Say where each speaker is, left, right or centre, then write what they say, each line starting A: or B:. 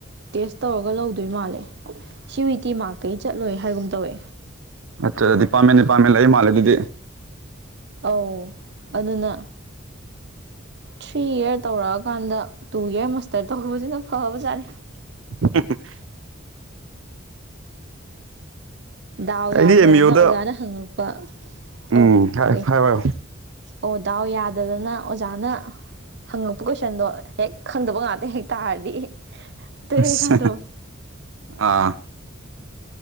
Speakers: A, on the right; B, on the right.
A: ꯇꯦꯁ ꯇꯧꯔꯒ ꯂꯧꯗꯣꯏ ꯃꯥꯜꯂꯦ ꯁꯤ ꯋꯤ ꯇꯤ ꯃꯥꯔ ꯀꯩ ꯆꯠꯂꯣꯏ ꯍꯥꯏꯒꯨꯝ ꯇꯧꯋꯦ
B: ꯑꯠꯆꯥ ꯗꯤꯄꯥꯃꯦꯟ ꯅꯤꯄꯥꯃꯦꯟ ꯂꯩ ꯃꯥꯜꯂꯦ ꯑꯗꯨꯗꯤ
A: ꯑꯧ ꯑꯗꯨꯅ ꯊ꯭ꯔꯤ ꯏꯔ ꯇꯧꯔꯛꯑꯀꯥꯟꯗ ꯇꯨ ꯏꯌꯥꯔ ꯃꯥꯁꯇꯔ ꯇꯧꯕꯁꯤꯅ ꯐꯕꯖꯥꯠꯅꯤ
B: <inaudible>
A: ꯗꯥꯎ
B: ꯑꯩꯗꯤ
A: ꯌꯥꯗꯅ
B: ꯑꯦꯝ ꯌꯨꯗ
A: ꯑꯣꯖꯥꯅ ꯍꯪꯉꯛꯄ
B: ꯎꯝ
A: ꯑꯧ
B: ꯍꯥꯏꯌꯣ
A: ꯀꯩ
B: ꯍꯥꯏꯌꯣ
A: ꯑꯣ ꯗꯥꯎ ꯌꯥꯗꯗꯅ ꯑꯣꯖꯥꯅ ꯍꯪꯉꯛꯄ ꯀꯣꯏꯁꯟꯗꯣ ꯍꯦꯛ ꯈꯪꯗꯕ ꯉꯥꯛꯇ ꯍꯦꯛ ꯇꯥꯔꯗꯤ ꯇꯣꯛꯑꯦꯗ
B: ꯑꯁ
A: ꯑꯗꯨꯝ
B: ꯑꯥ